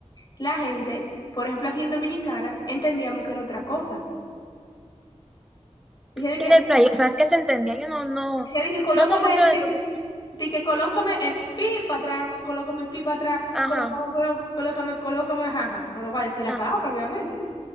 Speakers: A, on the left; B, in the centre.
A: la gente, por ejemplo, aquí en Dominicana, entendíamos que era otra cosa. Decía de que,
B: que era el play, o sea, que se entendía. Yo no, no,
A: decía de que colócame
B: no sé mucho
A: el
B: de
A: til-
B: eso. porque-
A: de que colócame el pi para atrás, colócame el pi para atrás,
B: Ajá,
A: colócame, coló- colócame, colócame, jaja. No lo voy a decir la
B: ah,
A: palabra, obviamente.